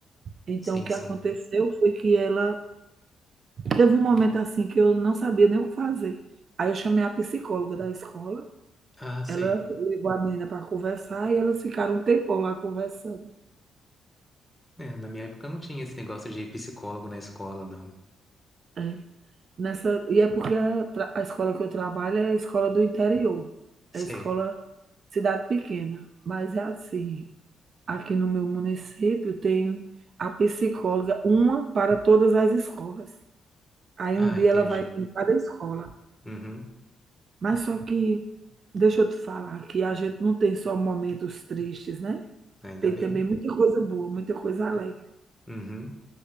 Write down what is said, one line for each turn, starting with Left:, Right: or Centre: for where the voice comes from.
Right: Então
Centre: sim,
Right: o que
Centre: sim.
Right: aconteceu foi que ela teve um momento assim que eu não sabia nem o que fazer. Aí eu chamei a psicóloga da escola,
Centre: Ah, sei.
Right: ela levou a menina para conversar e elas ficaram um tempão lá conversando.
Centre: É, na minha época não tinha esse negócio de psicólogo na escola, não.
Right: É. Nessa, e é porque a, tra- a escola que eu trabalho é a escola do interior,
Centre: Sei.
Right: é a escola cidade pequena, mas é assim, Aqui no meu município tem a psicóloga, uma para todas as escolas. Aí
Centre: Ah,
Right: um dia
Centre: entendi.
Right: ela vai em cada escola.
Centre: Uhum,
Right: Mas só que, deixa eu te falar, que a gente não tem só momentos tristes, né?
Centre: ainda
Right: Tem
Centre: bem.
Right: também muita coisa boa, muita coisa alegre.
Centre: Uhum.